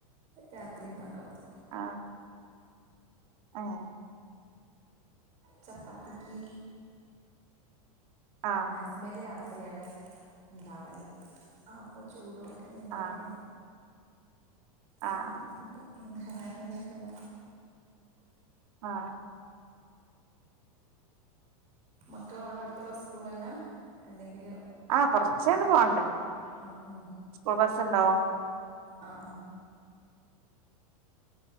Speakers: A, on the right (about 40°); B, on the right (about 65°).
A: രാത്രിണ്ടാക്കണം
B: ആഹ് ആഹ്
A: ചാപ്പാത്തിക്ക്
B: ആഹ്
A: പിന്നെ ഹസ്ബെന്റ് രാത്രിയാണ് ഉണ്ടാവല് അപ്പോ ചൂടോട കെത്തെങ്കിലൊക്കെ
B: ആഹ്
A: സംതിങ്
B: ആഹ് ആഹ്
A: സംതിങ് ഉം <unintelligible>
B: ആഹ്
A: മക്കലവിടെ അടുത്തുള്ള സ്കൂള് ലല്ല അല്ലെങ്കില്
B: ആഹ് കൊറച്ചണ്ട് പോവണ്ട്
A: ആ ആ
B: സ്കൂൾ ബസ്സു ഉണ്ടാവും
A: ആ ആ